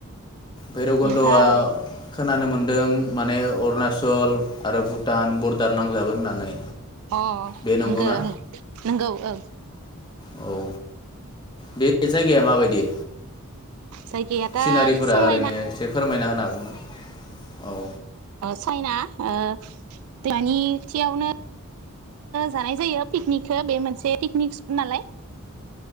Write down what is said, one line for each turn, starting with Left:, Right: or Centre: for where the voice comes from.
Left: भैरबकुन्द'आ
Right: ओमफाय
Left: खोनानो मोन्दों माने अरुणा सल आरो भुटान बरडार नांजाबो होननानै
Right: अ
Left: बे नंगौना
Right: नंगौ ओं नंगौ औ
Left: औ बे जायगाया माबायदि?
Right: जायगाया दा
Left: सिनारिफोरा
Right: समायना
Left: ओरैनो एसे फोरमायना होनो हागोन ना? औ
Right: चाइना ओ दानिथियावनो जानाय जायो पिकनिकखौ बे मोनसे पिकनिक <unintelligible> नालाय